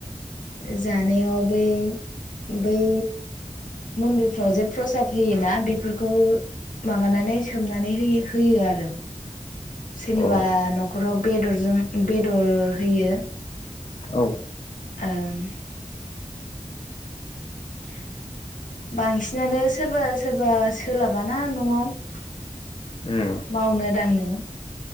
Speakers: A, on the left; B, on the left.
A: जानायाव बै बै मन्दिरफ्राव जे प्रसाद होयोना बेफोरखौ माबानानै सोमनानै हो होयो आरो सोरनिबा
B: अ
A: न'खराव बेदरजों बेदर होयो
B: औ
A: ओं <inaudible> बांसिनानो सोरबा सोरबा सोलाबाना न'आव <inaudible>
B: उम
A: मावनो दांनो <unintelligible>